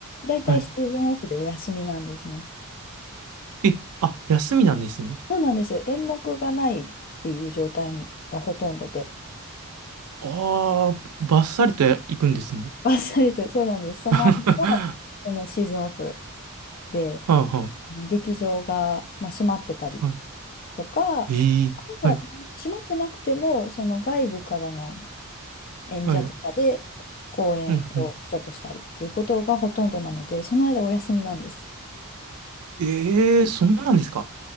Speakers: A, on the left; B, on the right.
A: だいたいシーズンオフでお休みなんですね。
B: はいえ、あ、休みなんですね。
A: そうなんです。演目がないっていう状態がほとんどで、
B: ああ、バッサリと行くんですね。
A: バっさりと、そうなんです。その間は、
B: <laughs> は
A: そのシーズンオフで、
B: あは
A: あの劇場が、まあ、閉まってたり
B: あ、は
A: とか、
B: い。
A: ある
B: ええはい、
A: いは閉まってなくても、その外部からの演者とかで公演をちょっとしたりっていうことがほとんどなので、
B: はい。うん、うん。
A: その間お休みなんです。
B: ええそうなんですか。